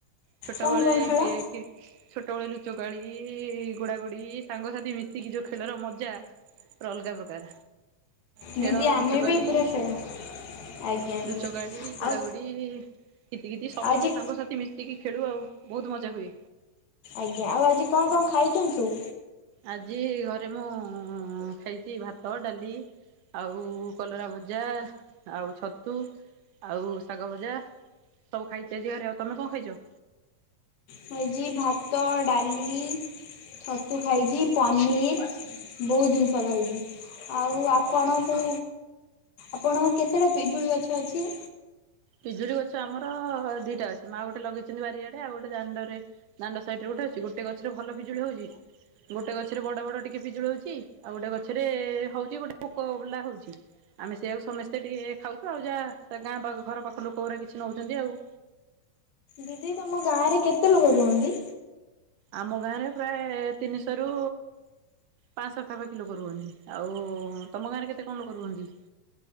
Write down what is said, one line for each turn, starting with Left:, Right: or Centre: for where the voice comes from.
Right: ଛୋଟବେଳେ
Left: କଣ କଣ ଖେଳ?
Right: କି କି ଛୋଟବେଳେ ଲୁଚକାଳି, ଗୋଡାଗୋଡି, ସାଙ୍ଗସାଥି ମିଶିକି ଯୋଉ ଖେଳର ମଜା ପୁରା ଅଲଗା ପ୍ରକାର। ଖେଳ
Left: ଦିଦି ଆମେ
Right: ଲୁଚକାଳି,
Left: ବି ପୁରା ଫ୍ୟାନ୍ ଆଜ୍ଞା
Right: ଲୁଚକାଳି, ଗୋଡା
Left: ଆଉ
Right: ଗୋଡ଼ି। ଦି କିତି କିତି ସବୁ
Left: ଆଜି
Right: ଆମେ ସାଙ୍ଗସାଥି ମିଶିକି ଖେଳୁ ଆଉ ବହୁତ ମଜା ହୁଏ।
Left: ଆଜ୍ଞା ଆଉ ଆଜି କଣ କଣ ଖାଇଚନ୍ତି?
Right: ଆଜି ଘରେ ମୁଁ ଖାଇଚି ଭାତ, ଡାଲି। ଆଉ କଲରା ଭଜା ଆଉ ଛତୁ ଆଉ ଶାଗ ଭଜା। ସବୁଖାଇଚି ଆଜି ଘରେ। ଆଉ ତମେ କଣ ଖାଇଚ?
Left: ମୁଁ ଆଜି ଭାତ ଡାଲି ଛତୁ ଖାଇଚି। ପନିର୍ ବହୁତ ଜିନିଷ ଖାଇଚି, ଆଉ ଆପଣ? ହୁଁ ଆପଣଙ୍କ କେତେଟା ପିଜୁଳି ଗଛ ଅଛି?
Right: ପିଜୁଳି ଗଛ ଆମର ଦିଟା ଅଛି। ମାଆ ଗୋଟେ ଲଗେଇଚନ୍ତି ବାରିଆଡେ ଆଉ ଗୋଟେ ଦାଣ୍ଡରେ ଦାଣ୍ଡ ସାଇଡରେ ଗୋଟେ ଅଛି। ଗୋଟେ ଗଛରେ ଭଲ ପିଜୁଳି ହଉଚି। ଗୋଟେ ଗଛରେ ବଡ ବଡ ଟିକେ ପିଜୁଳି ହଉଚି। ଆଉ ଗୋଟେ ଗଛରେ ହଉଚି ଗୋଟେ ପୋକ ବାଲା ହଉଚି। ଆମେ ସେଇଆକୁ ସମେସ୍ତେ ଟିକେ ଟିକେ ଖାଉଛୁ ଆଉ ଯାହା ଗାଁଖ ଘର ପାଖ ଲୋକଗୁରା କିଛି ନଉଛନ୍ତି ଆଉ।
Left: ଦିଦି ତମ ଗାଁରେ କେତେ ଲୋକ ରୁହନ୍ତି?
Right: ଆମ ଗାଁରେ ପ୍ରାୟ ତିନିଶରୁ ପାଁଶ ପାଖାପାଖି ଲୋକ ରୁଅନ୍ତି ଆଉ ତୁମ ଗାଁରେ କେତେ କଣ ଲୋକ ରୁଅନ୍ତି?